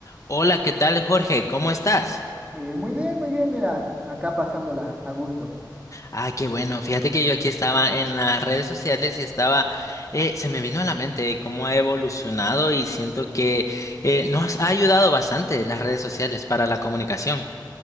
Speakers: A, on the left; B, on the right.
A: Hola, ¿qué tal, Jorge? ¿Cómo estás?
B: Eh, muy bien, muy bien, mira, acá pasándola a gusto.
A: Ah, qué bueno. Fíjate que yo aquí estaba en las redes sociales y estaba, eh, se me vino a la mente cómo ha evolucionado y siento que eh, nos ha ayudado bastante las redes sociales para la comunicación.